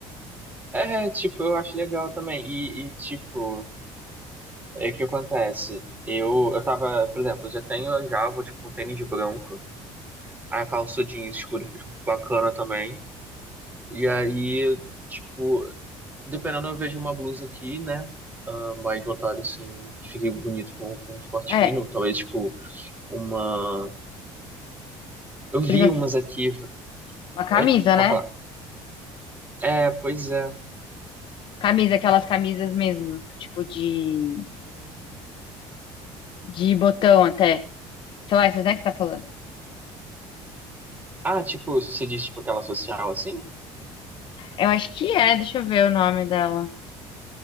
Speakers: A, on the right; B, on the left.
A: é, tipo, eu acho legal também. E, e, tipo, é que acontece. Eu, eu tava, por exemplo, eu já tenho já, vou tipo um tênis branco. A calça jeans escura fica tipo, bacana também. E aí, tipo, dependendo, eu vejo uma blusa aqui, né? ah, mais voltada assim, que fique bonito com, com um esporte
B: É,
A: fino. Talvez, tipo, uma. Eu vi
B: precisa
A: umas
B: ser
A: aqui.
B: uma camisa,
A: Oi? Pode
B: né?
A: falar. É, pois é.
B: Camisa, aquelas camisas mesmo, tipo de, de botão até. São essas, né, que você tá falando?
A: Ah, tipo, você diz, tipo, aquela social assim?
B: Eu acho que é, deixa eu ver o nome dela.